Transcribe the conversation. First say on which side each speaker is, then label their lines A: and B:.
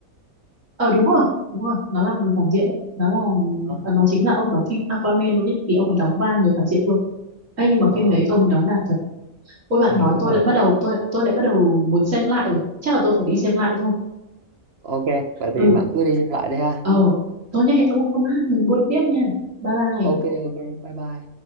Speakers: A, on the right (about 70°); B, on the right (about 50°).
A: ờ đúng rồi đúng rồi nó là người phản diện đấy nó là
B: Ờ,
A: ờ, nó chính là ông đóng phim Aquaman luôn ấy thì ông ấy đóng vai người phản diện luôn ấy nhưng mà
B: ờ,
A: phim đấy ông ấy đóng đạt thật ôi bạn
B: ừ,
A: nói
B: đúng
A: tôi
B: rồi.
A: lại bắt đầu tôi lại tôi lại bắt đầu muốn xem lại rồi chắc là tôi phải đi xem lại thôi
B: Ok, vậy thì
A: ừ
B: bạn cứ đi xem lại đi ha.
A: ờ tôi nhá hẹn ông hôm hát mình buôn tiếp nha bye bye
B: Ok, ok, bye bye.